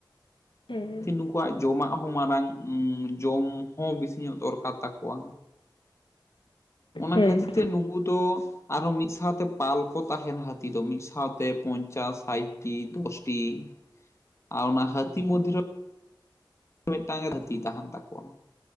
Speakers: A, on the left; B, on the left.
A: ᱦᱮᱸ ᱾
B: ᱩᱱᱠᱩᱣᱟᱜ ᱡᱚᱢᱟᱜ ᱦᱚᱸ ᱢᱟᱨᱟᱝ ᱡᱚᱢ ᱦᱚᱸ ᱵᱮᱥᱤ ᱧᱚᱜ ᱫᱚᱨᱠᱟᱨ ᱠᱟᱱ ᱛᱟᱠᱚᱣᱟ ᱚᱱᱟ
A: ᱦᱮᱸ
B: ᱠᱷᱟᱹᱛᱤᱨ ᱛᱮ ᱱᱩᱠᱩ ᱫᱚ ᱟᱨᱚ ᱢᱤᱫ ᱥᱟᱶᱛᱮ ᱯᱟᱞ ᱠᱚ ᱛᱟᱦᱮᱱ ᱦᱟᱹᱛᱤ ᱫᱚ ᱢᱤᱫ ᱥᱟᱶᱛᱮ ᱯᱚᱧᱪᱟᱥ ᱥᱟᱴᱴᱤ ᱫᱚᱥᱴᱤ ᱾
A: <unintelligible>
B: ᱟᱨ ᱚᱱᱟ ᱦᱟᱹᱛᱤ ᱢᱩᱫ ᱨᱮ ᱢᱤᱫᱴᱟᱝ ᱦᱟᱹᱛᱤ ᱛᱟᱦᱮᱱ ᱛᱟᱠᱚᱣᱟ